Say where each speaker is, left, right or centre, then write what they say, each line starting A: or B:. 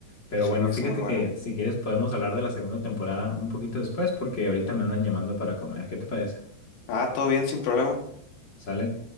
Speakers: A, on the left (about 35°); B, on the left (about 75°).
A: Pero
B: sí,
A: bueno,
B: eso
A: fíjate
B: muy bueno.
A: que si quieres podemos hablar de la segunda temporada un poquito después, porque ahorita me andan llamando para comer, ¿qué te parece?
B: Ah, todo bien, sin problema.
A: ¿Sale?